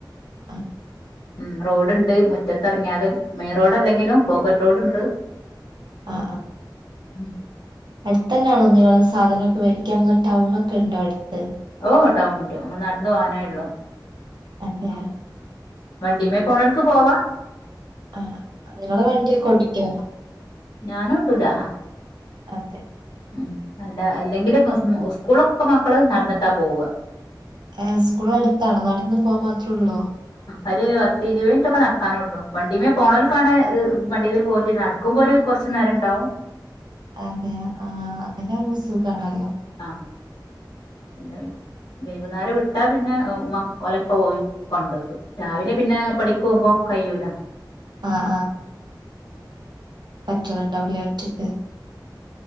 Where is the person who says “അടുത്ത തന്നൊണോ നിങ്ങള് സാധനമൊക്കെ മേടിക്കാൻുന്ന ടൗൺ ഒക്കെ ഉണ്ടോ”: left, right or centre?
Right